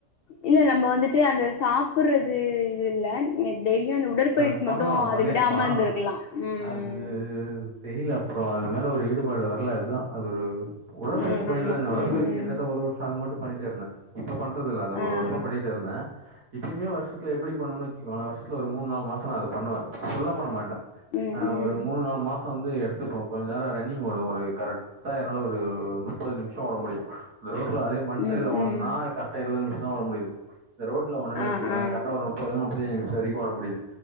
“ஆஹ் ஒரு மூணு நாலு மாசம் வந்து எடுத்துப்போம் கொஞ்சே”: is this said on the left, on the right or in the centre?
Right